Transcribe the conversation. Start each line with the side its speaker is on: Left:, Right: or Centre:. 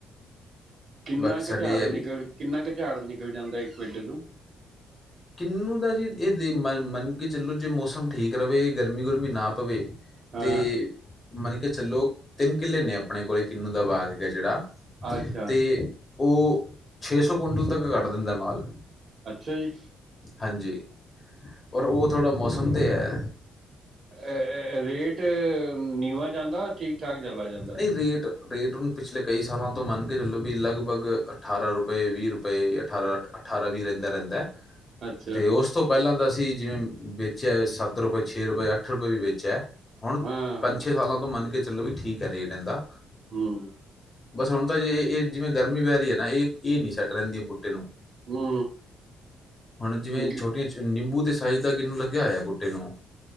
Right: ਕਿੰਨਾ
Left: ਬਾਕੀ
Right: ਕੁ
Left: ਸਾਡੇ
Right: ਝਾੜ
Left: ਇਹ ਹੈ
Right: ਨਿਕਲ
Left: ਵੀ
Right: ਕਿੰਨਾ ਕੁ ਝਾੜ ਨਿਕਲ ਜਾਂਦਾ ਇੱਕ ਪੇਡੇ ਤੋਂ?
Left: ਕਿੰਨੂੰ ਦਾ ਜੀ ਇਹ ਦੇਖ ਮੰਨ ਕੇ ਚਲੋ ਜੇ ਮੌਸਮ ਠੀਕ ਰਵੇ ਗਰਮੀ ਗੁਰਮੀ ਨਾ ਪਵੇ,
Right: ਹਾਂ
Left: ਤੇ ਮਨ ਕੇ ਚਲੋ ਤਿੰਨ ਕਿੱਲੇ ਨੇ ਆਪਣੇ ਕੋਲ ਕਿੰਨੂੰ ਦਾ ਬਾਗ ਹੈਗਾ ਜੇੜਾ
Right: ਅੱਛਾ
Left: ਤੇ ਉਹ ਛੇ ਸੌ ਕੁਵਂਟਲ ਤੱਕ ਕੱਟ ਦਿੰਦਾ ਮਾਲ।
Right: ਅੱਛਾ ਜੀ।
Left: ਹਾਂਜੀ, ਔਰ ਉਹ ਥੋੜ੍ਹਾ ਮੌਸਮ ਤੇ ਹੈ।
Right: ਅਹ ਰੇਟ ਨੀਵਾਂ ਜਾਂਦਾ ਠੀਕ ਠਾਕ ਚਲਾ ਜਾਂਦਾ?
Left: ਨਹੀਂ ਰੇਟ ਰੇਟ ਹੁਣ ਪਿਛਲੇ ਕਈ ਸਾਲਾਂ ਤੋਂ ਮੰਨ ਕੇ ਚਲੋ ਬਈ ਲਗਭਗ ਅਠਾਰਾਂ ਰੁਪਏ ਵੀਹ ਰੁਪਏ ਅਠਾਰਾਂ ਅੱਠ ਅਠਾਰਾਂ ਵੀ ਰਹਿੰਦਾ ਰਹਿੰਦਾ
Right: ਅੱਛਾ
Left: ਤੇ ਉਸ ਸਭ ਤੋਂ ਪਹਿਲਾਂ ਤਾਂ ਅਸੀਂ ਜਿਵੇਂ ਵੇਚਿਆ ਸੱਤ ਰੁਪਏ ਛੇ ਰੁਪਏ ਅੱਠ ਰੁਪਏ ਵੀ ਵੇਚਿਆ। ਹੁਣ
Right: ਹਾਂ ਹਾਂ,
Left: ਪੰਜ ਛੇ ਸਾਲਾਂ ਤੋਂ ਮੰਨ ਕੇ ਚਲੋ ਬਈ ਠੀਕ ਹੈ ਰੇਟ ਅਹੰਦਾ।
Right: ਹੂੰ।
Left: ਬਸ ਹੁਣ ਤਾਂ ਜੇ ਇਹ ਜਿਵੇਂ ਗਰਮੀ ਪੈ ਰਹੀ ਹੈ ਨਾ ਇਹ, ਇਹ ਨੀ ਸੈੱਟ ਰਹਿੰਦੀ ਬੂਟੇ ਨੂੰ।
Right: ਹੂੰ।
Left: ਹੁਣ ਜਿਵੇਂ
Right: ਜੀ,
Left: ਛੋਟੀਆਂ ਨਿੰਬੂ ਦੇ ਸਾਈਜ਼ ਦਾ ਕਿਨੂੰ ਲੱਗਿਆ ਹੋਇਆ ਬੂਟੇ ਨੂੰ